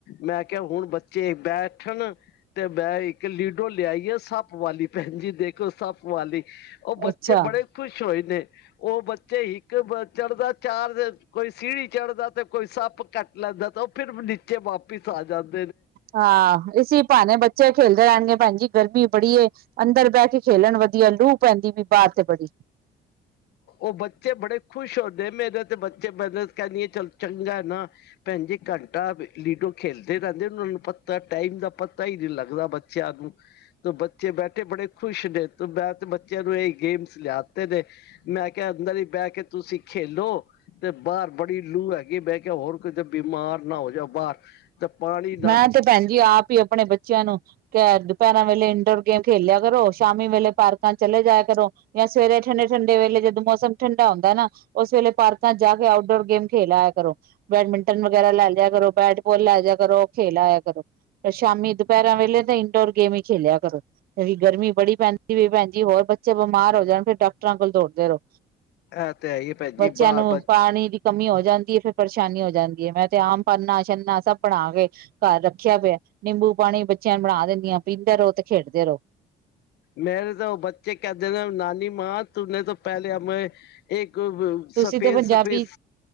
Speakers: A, on the left; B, on the right.
A: ਮੈਂ ਕੇਆ ਹੁਣ ਬੱਚੇ ਬੈਠਣ ਤੇ ਮੈਂ ਏਕ ਲੀਡੋ ਲਿਆਈ ਆ ਸੱਪ ਵਾਲ਼ੀ ਭੈਣਜੀ ਦੇਖ ਸੱਪ ਵਾਲ਼ੀ, ੳ ਬੱਚੇ
B: ਅੱਛਾ
A: ਬੜੇ ਖੁਸ਼ ਹੋਏ ਨੇਂ। ੳ ਬੱਚੇ ਇੱਕ ਬ ਚੜ੍ਹਦਾ, ਚਾਰ ਕੋਈ ਸੀੜੀ ਚੜਦਾ ਤੇ, ਕੋਈ ਸੱਪ ਕੱਟ ਲੈਂਦਾਂ ਤਾਂ ੳ ਫ਼ਿਰ ਨੀਚੇ ਵਾਪਿਸ ਆ ਜਾਨ।
B: ਹਾਂ ਇਸੀ ਭਾਨੇ ਬੱਚੇ ਖੇਲਦੇ ਰੈਨਗੇ ਭੈਣਜੀ ਗਰਮੀਂ ਬੜੀ ਏਂ। ਅੰਦਰ ਬੈ ਕੇ ਖੇਲਣ ਵਧੀਆ, ਲੂਹ ਪੈਂਦੀ ਪਈ ਬਾਰ ਤੇ ਬੜੀ।
A: ੳ ਬੱਚੇ ਬੜੇ ਖ਼ੁਸ਼ ਹੁੰਦੇ ਮੇਰੇ ਤੇ ਬੱਚੇ ਮੱਦਦ ਕਰਨੀ ਚੱਲ ਚੰਗ਼ਾ ਏ ਨਾ। ਭੈਣਜੀ ਘੰਟਾਂ ਲੀਡੋ ਖੇਲਦੇ ਰੈਂਦੇਂ ਨੇ ਉਨਾਂ ਨੂੰ ਪਤਾਂ ਟਾਇਮ ਦਾ ਪਤਾਂ ਈ ਨੀਂ ਲੱਗਦਾ ਬ ਚਿਆਂ ਨੂੰ। ਤੋਂ ਬੱਚੇ ਬੈਠੇਂ ਬੜੇ ਖੁਸ਼ ਨੇਂ, ਤੇ ਮੈਂ ਤੇ ਬੱਚਿਆਂ ਨੂੰ ਏ ਗੇਮਸ ਲ਼ਿਆ ਤੇ ਨੇਂ। ਮੈਂ ਕਿਆ ਅੰਦਰ ਈ ਬੈ ਕੇ ਤੁਸੀਂ। ਖੇਲੋ ਤੇ ਬਾਰ ਬੜੀ ਲੂ ਹੈਗੀ ਏ, ਮੈਂ ਕਿਆ ਹੋਰ ਕਿਤੇ ਬਿਮਾਰ ਨਾ ਹੋ ਜਾਓ ਬਾਰ। ਤਾਂ ਪਾਣੀਂ।
B: ਮੈਂ ਤੇ ਭੈਣਜੀ ਆਪ ਈ ਆਪਣੇਂ ਬੱਚਿਆਂ ਨੂੰ ਐਂ ਦੁਪਹਿਰਾਂ ਵੇਲ਼ੇ ਇੰਡੋਰ ਗੇਮ ਖੇਲ ਲਿਆ ਕਰੋ। ਸ਼ਾਮੀ ਵੇਲ਼ੇ ਪਾਰਕਾਂ ਚ ਚਲੇਂ ਜਾਆ ਕਰੋਂ। ਜਾਂ ਸਵੇਰੇ ਠੰਡੇ-ਠੰਡੇ ਵੇਲ਼ੇ ਜਦੋਂ ਮੌਸਮ ਠੰਡਾ ਹੁੰਦਾਂ ਐਂ ਨਾ ਉਸ ਵੇਲ਼ੇ ਪਾਰਕਾਂ ਚ ਜਾਂ ਕੇ ਆਊਟ ਡੋਰ ਗੇਮ ਖੇਲ ਆਇਆਂ ਕਰੋਂ, ਬੈਡਮਿੰਟਨ ਵਗ਼ੈਰਾ ਲੈ ਜਿਆ ਕਰੋਂ, ਬੈਟਬੋਲ ਲੈ ਜਿਆ ਕਰੋਂ। ਖੇਲ ਆਇਆਂ ਕਰੋਂ। ਪਰ ਸ਼ਾਮੀਂ ਦੁਪੈਰਾਂ ਵੇਲ਼ੇ ਤੇ ਇੰਡੋਰ ਗੇਮ ਈ ਖੇਲਿਆ ਕਰੋਂ। ਬੜੀ ਗਰਮੀਂ ਬੜੀ ਪੈਂਦੀ ਪਈ ਭੈਣਜੀ। ਹੋਰ ਬੱਚੇ ਬਿਮਾਰ ਹੋ ਜਾਂਣ, ਫੇਰ ਡਾਕਟਰਾਂ ਕੋਲ ਦੋੜਦੇ ਰੳ।
A: ਇਹ ਤੇ ਹੈ ਹੀ ਭੈਣ ਜੀ
B: ਬੱਚਿਆਂ
A: ਬਾਹਰ
B: ਨੂੰ
A: ਬੱਚ
B: ਪਾਣੀਂ ਦੀ ਕਮੀਂ ਹੋ ਜਾਂਦੀ ਏ ਫੇਰ ਪਰੇਸ਼ਾਨੀ ਹੋ ਜਾਂਦੀ ਏ। ਮੈਂ ਤੇ ਆਮ ਪਨਾ ਛਨਾ ਸਭ ਬਣਾਕੇ ਘਾਰ ਰੱਖਿਆਂ ਪੇਆ। ਨਿੰਬੂ ਪਾਣੀਂ ਬੱਚਿਆਂ ਨੂੰ ਬਣਾਂ ਦਿੰਦੀ ਆਂ ਪੀਂਦੇ ਰੳ ਤੇ ਖੇਡਦੇ ਰੳ।
A: ਮੇਰੇ ਤਾਂ ੳ ਬੱਚੇ ਕੈਂਦੇ ਨੇਂ ਨਾਨੀ ਮਾਂ ਤੁੰਨੇ ਤੋਂ ਪੈਲੇ ਹਮੇ ਏਕ
B: ਤੁਸੀਂ
A: ਸਪੇਸ
B: ਤੇ ਪੰਜਾਬੀ
A: ਸਪੇਸ